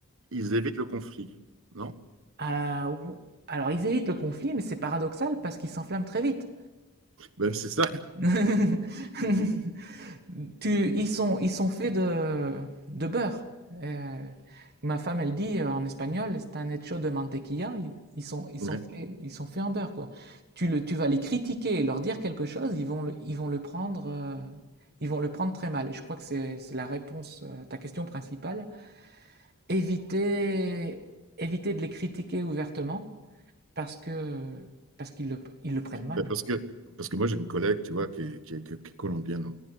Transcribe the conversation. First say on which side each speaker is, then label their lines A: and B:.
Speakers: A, on the right (about 65°); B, on the right (about 50°).
A: ils évitent le conflit. Non?
B: Ah, ou- alors, ils évitent le conflit, mais c'est paradoxal parce qu'ils s'enflamment très vite.
A: Ben, c'est ça.
B: <laughs> Tu, ils sont, ils sont faits de, de beurre. Euh, ma femme, elle dit euh, en espagnol, c'est un hecho de mantequilla. Ils, ils sont, ils sont
A: Ouais.
B: faits, ils sont faits en beurre, quoi. Tu le, tu vas les critiquer et leur dire quelque chose, ils vont le, ils vont le prendre, euh, ils vont le prendre très mal. Et je crois que c'est, c'est la réponse euh, à ta question principale. Éviter, éviter de les critiquer ouvertement parce que, parce qu'ils le, ils le prennent mal.
A: Ben, parce que, parce que moi, j'ai une collègue, tu vois, qui est, qui est- qui est colombienne.